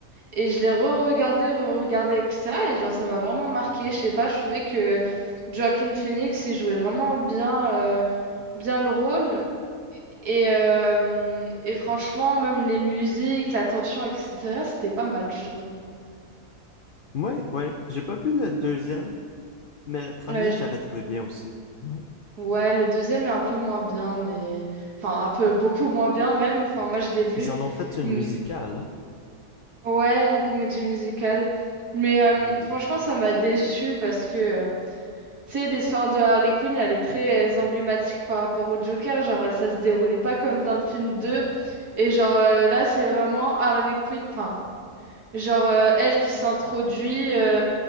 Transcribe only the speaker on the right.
Et je l'ai re-regardé, re-regardé, etc. Et genre, ça m'a vraiment marqué. Je sais pas, je trouvais que Joaquin Phoenix, il jouait vraiment bien, euh, bien le rôle. Et, euh, et franchement, même les musiques, la tension, etc., c'était pas mal, je trouve.
Euh,
Ouais, le deuxième est un peu moins bien, mais... Enfin, un peu beaucoup moins bien même. Enfin, moi, je l'ai vu.
Hmm.
Ouais, une comédie musicale. Mais euh,
franchement,
ça m'a déçue parce que, euh, tu sais, l'histoire de Harley Quinn, elle est très euh, emblématique par rapport au Joker. Genre, ça se déroulait pas comme dans le film deux Et genre, euh, là, c'est vraiment Harley Quinn... Enfin, genre, euh, elle qui s'introduit. euh,